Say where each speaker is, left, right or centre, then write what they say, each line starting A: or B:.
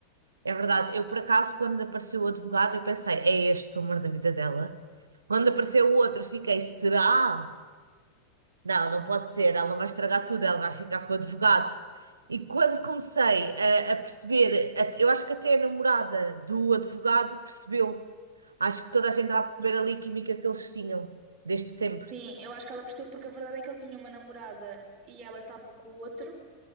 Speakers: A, on the right; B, on the right.
A: É verdade. Eu, por acaso, quando apareceu o advogado, eu pensei, é este o amor da vida dela. Quando apareceu o outro, fiquei, será? Não, não pode ser. Ela não vai estragar tudo, ela vai ficar com o advogado. E quando comecei a, a perceber, a- eu acho que até a namorada do advogado percebeu. Acho que toda a gente estava a perceber ali a química que eles tinham, desde sempre.
B: Sim, eu acho que ela percebeu porque a verdade é que ele tinha uma namorada e ela estava com o outro.